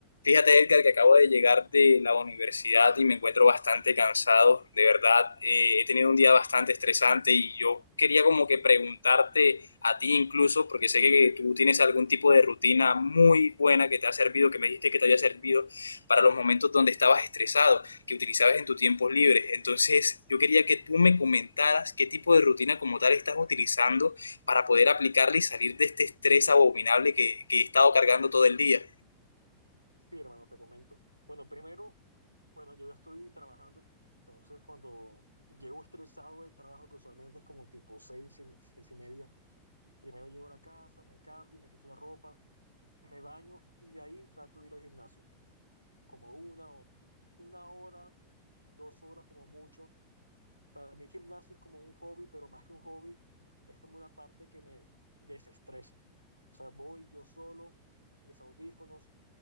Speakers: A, on the left; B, on the right.
A: Fíjate, Edgar, que acabo de llegar de la universidad y me encuentro bastante cansado. De verdad, eh, he tenido un día bastante estresante y yo quería como que preguntarte a ti incluso, porque sé que tú tienes algún tipo de rutina muy buena que te ha servido, que me dijiste que te había servido para los momentos donde estabas estresado, que utilizabas en tus tiempos libres. Entonces, yo quería que tú me comentaras qué tipo de rutina como tal estás utilizando para poder aplicarla y salir de este estrés abominable que, que he estado cargando todo el día.
B: Sí, hermano, te comento. Bueno, primero, bueno, yo ya estoy trabajando, pues, entonces cuando llego estresado del trabajo, que usualmente es como tipo seis, y- seis y media, primero llego a la casa, me cambio, me quito la ropa, me baño y de ahí trato de ir al gimnasio, como una o una hora, dos horas como mucho. Para mí el gimnasio es como un hobby, pero más que un hobby, es como una parte que me desestresa. O sea, voy yo solo, mis audífonos,